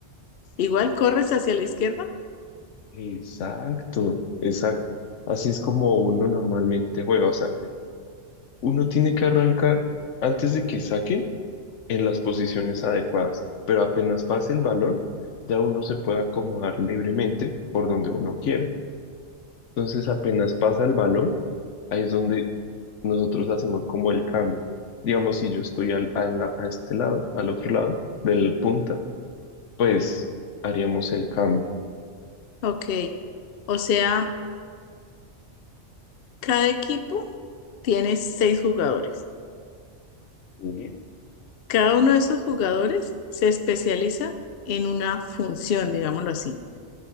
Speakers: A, on the left (about 60°); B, on the left (about 80°).
A: igual corres hacia la izquierda?
B: Exacto, exacto. Así es como uno normalmente juega. O sea, uno tiene que arrancar antes de que saquen en las posiciones adecuadas, pero apenas pase el balón, ya uno se puede acomodar libremente por donde uno quiera. Entonces, apenas pasa el balón, ahí es donde nosotros hacemos como el cambio. Digamos, si yo estoy al, a, la- a este lado, al otro lado del punta, pues haríamos el cambio.
A: Ok. O sea, cada equipo tiene seis jugadores.
B: Sí,
A: Cada uno de esos jugadores se especializa en una función, digámoslo así,